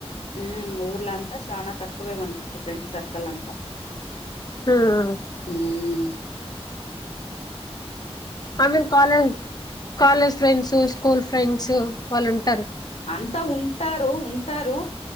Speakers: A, on the left; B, on the left.
A: ఉ ఊర్ల అంతా చానా తక్వే మనకి ఫ్రెండ్స్ సర్ పక్కలంత
B: ఉమ్
A: ఉమ్మ్
B: ఆమె college college friends school friends వాళ్ళు ఉంట్
A: అంతా ఉంటారు ఉంటారు